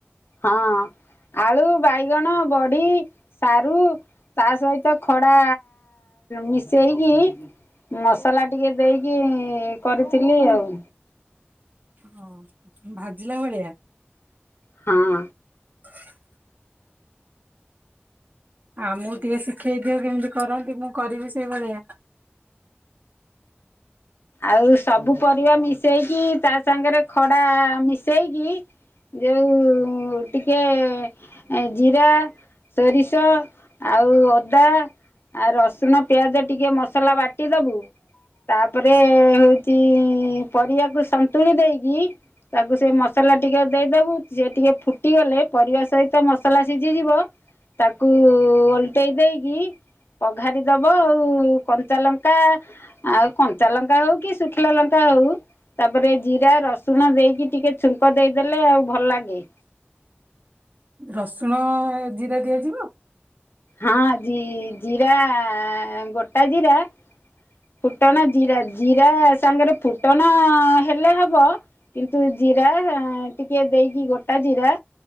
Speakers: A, on the left; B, on the right.
A: ହଁ ଆଳୁ ବାଇଗଣ ବଡି ସାରୁ ତା ସହିତ ଖଡା ମିଶେଇକି ମସଲା ଟିକେ ଦେଇକି ଏଇଁ କରିଥିଲି ଆଉ
B: ହଁ ଭାଜିଲା ଭଳିଆ?
A: ହଁ।
B: ହ <inaudible> ଆମୁକୁ ଟିକେ ଶିଖେଇ ଦିଅ କେମିତି କରନ୍ତି ମୁଁ କରିବି ସେଇଭଳିଆ।
A: ଆଉ ସବୁ ପରିବା ମିଶେଇକି ତା ସାଙ୍ଗରେ ଖଡା ମିଶେଇକି ଯେଉ ଟିକେ ଏ ଜିରା ସୋରିଷ ଆଉ ଅଦା ଆଉ ରସୁଣ ପିଆଜ ଟିକେ ମସଲା ବାଟିଦବୁ ତାପରେ ହଉଛି ପରିବାକୁ ସନ୍ତୁଳି ଦେଇକି ତାକୁ ସେ ମସଲା ଟିକେ ଦେଇଦବୁ ସେ ଟିକେ ଫୁଟିଗଲେ ପରିବା ସହିତ ମସଲା ସିଝିଯିବ ତାକୁ ଓଲଟେଇ ଦେଇକି ପଘାରି ଦବ ଆଉ କଞ୍ଚା ଲଙ୍କା ଆଉ କଞ୍ଚା ଲଙ୍କା ହଉ କି ଶୁଖିଲା ଲଙ୍କା ହଉ ତାପରେ ଜିରା ରସୁଣ ଦେଇକି ଟିକେ ଛୁଙ୍କ ଦେଇଦେଲେ ଆଉ ଭଲ ଲାଗେ
B: ରସୁଣ ଓ ଜିରା ଦିଆଯିବ?
A: ହଁ ଜୀ ଜିରା ଗୋଟା ଜିରା ଫୁଟଣ ଜିରା ଜିରା ସାଙ୍ଗରେ ଫୁଟଣ ହେଲେ ହବ କିନ୍ତୁ ଜିରା ଆ ଟିକେ ଦେଇକି ଗୋଟା ଜିରା